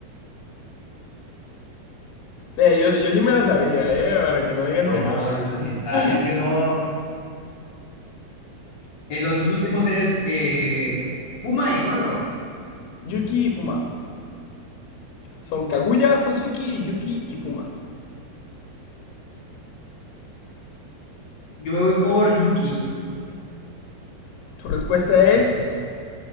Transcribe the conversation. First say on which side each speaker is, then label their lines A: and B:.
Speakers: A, on the left; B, on the left.
A: Eh, yo, yo sí me la sabía, eh, para que no digas
B: LOL,
A: que no.
B: está.
A: <laughs>
B: Es que no. eh, los dos últimos es eh, Fuma y ¿cuál otro?
A: Yuki y Fuma. Son Kaguya, Hosuki, Yuki y Fuma.
B: Yo me voy por Yuki.
A: Tu respuesta es